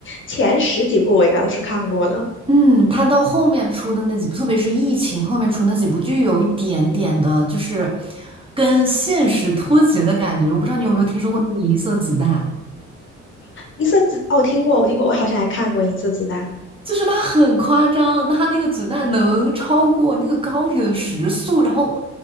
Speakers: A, on the left; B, on the right.
A: 前十几部我应该都是看过的。
B: 嗯，它到后面出的那几部，特别是疫情后面出那几部，就有一点点的，就是跟现实脱节的感觉。我不知道你有没有听说过那个《银色子弹》。
A: 银色子哦，我听过，我听过，我好像还看过《银色子弹》。
B: 就是它很夸张，它那个子弹能超过那个高铁的时速，然后